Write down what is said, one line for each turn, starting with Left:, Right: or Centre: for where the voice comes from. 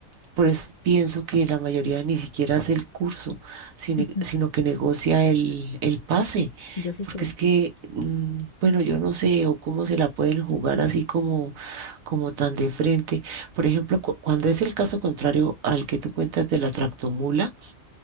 Right: Por eso pienso que la mayoría ni siquiera hace el curso, sino,
Left: <laughs>
Right: sino que negocia el, el pase,
Left: Y Yo se
Right: porque
Left: estresé.
Right: es que, mm, bueno, yo no sé o cómo se la pueden jugar así como, como tan de frente. Por ejemplo, cu- cuando es el caso contrario al que tú cuentas de la tractomula,